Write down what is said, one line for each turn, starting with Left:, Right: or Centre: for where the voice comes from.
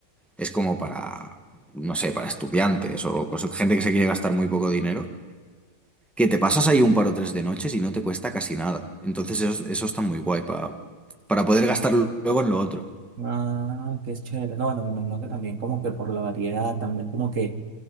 Centre: es como para, no sé, para estudiantes o cos- gente que se quiere gastar muy poco dinero, que te pasas ahí un par o tres de noches y no te cuesta casi nada. Entonces eso, eso está muy guay pa- para poder gastarlo luego en lo otro.
Right: Ah, qué chévere. No, bueno, me imagino que también como que por la variedad, también como que